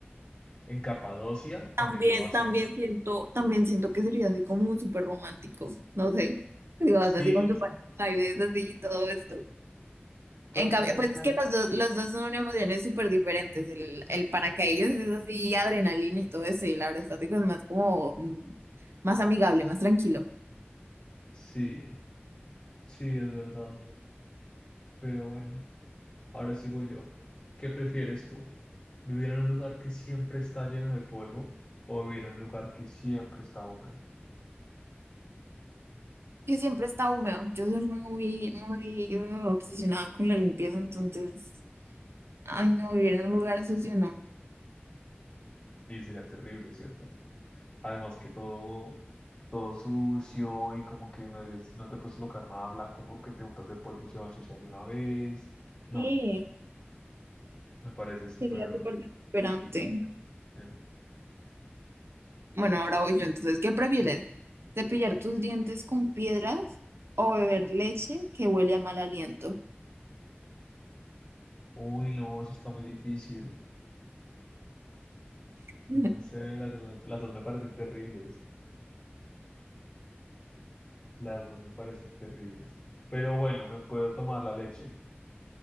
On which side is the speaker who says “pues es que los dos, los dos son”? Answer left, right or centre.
Right